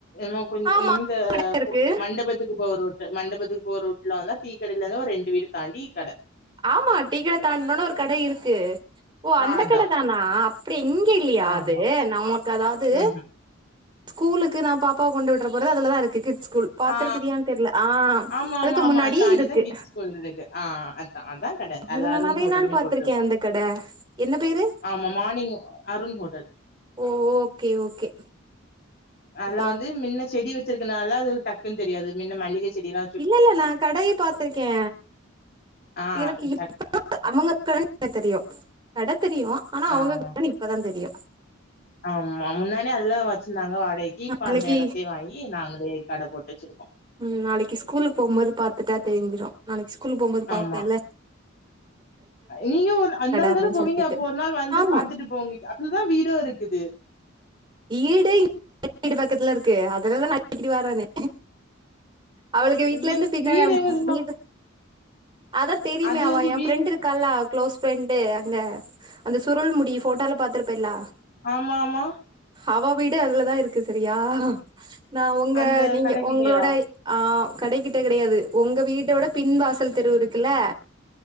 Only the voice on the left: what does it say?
எமோ கொஞ்
இந்த
கு மண்டபத்துக்கு போற ரூ ட் மண்டபத்துக்கு போற ரூட்ல வந்தா டீக்கடைலந்து ஒரு ரெண்டு வீடு தான்டி கட
ஆ
அதா
ஆமா
ம்ஹ்ம்
ஆ
ஆமா
ஆமா ஆமா
அத தாண்டிதா
கிட்ஸ் ஸ்கூல் இருக்கு ஆ அதா அதா கட அதுல
அருண்
ஹோட்டல்னு
போட்ருக்கு
ஆமா morning Arun hotel
அதுல
வந்து மின்ன செடி வச்சிருக்கனால அது ஒரு டக்குன் தெரியாது மின்ன மல்லிக செடிலா
ஆ
சட்
ஆ
ஆமா முன்னாடி அதுல தா வெச்சிருந்தாங்க வாடக்கி இப்ப
அந்த எடத்தயே வாங் கி நாங்களே கட போட்டு வச்சிருக்கோ
ஆமா
நீங்க ஒரு அந்தாள்
தானே போவீங்க
அப்போ ஒர் நாள் வந்து
பாத்துட்டு போங்க அதுதா வீடோருக்குது
வீ
வீடு எங்க தெரிமா
அது
வந்து
வீ
ஆமாமா
அந்த
கடைக்கிட்டயா